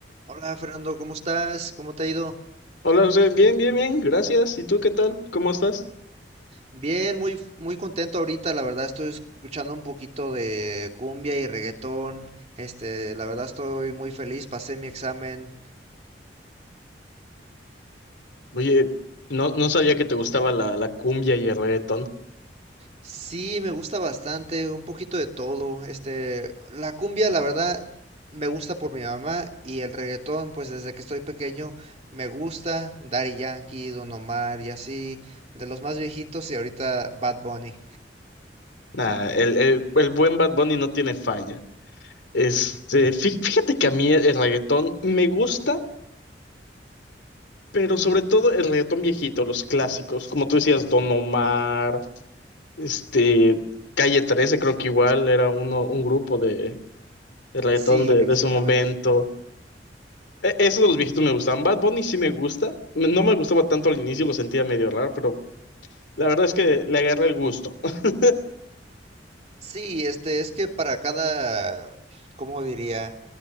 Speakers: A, on the right; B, on the left.
A: Hola Fernando, ¿cómo estás? ¿Cómo te ha ido?
B: Hola José, bien, bien, bien, gracias. ¿Y tú qué tal? ¿Cómo estás?
A: Bien, muy, muy contento ahorita, la verdad estoy escuchando un poquito de cumbia y reggaetón. Este, la verdad estoy muy feliz, pasé mi examen.
B: Oye, no, no sabía que te gustaba la, la cumbia y el reggaetón.
A: Sí, me gusta bastante, un poquito de todo. Este, la cumbia, la verdad, me gusta por mi mamá y el reggaetón, pues desde que estoy pequeño me gusta. Daddy Yankee, Don Omar y así, de los más viejitos y ahorita Bad Bunny.
B: Nah, el, el, el buen Bad Bunny no tiene falla. Este, fí- fíjate que a mí el, el reggaetón me gusta, pero sobre todo el reggaetón viejito, los clásicos, como tú decías, Don Omar, este, Calle 13, creo que igual era uno, un grupo de, de reggaetón
A: Sí,
B: de,
A: exactamente.
B: de su momento. E- Esos de los viejitos me gustaban. Bad Bunny sí me gusta. No me gustaba tanto al inicio, lo sentía medio raro, pero La verdad es que le agarra el gusto. <laughs>
A: Sí, este, es que para cada, ¿cómo diría?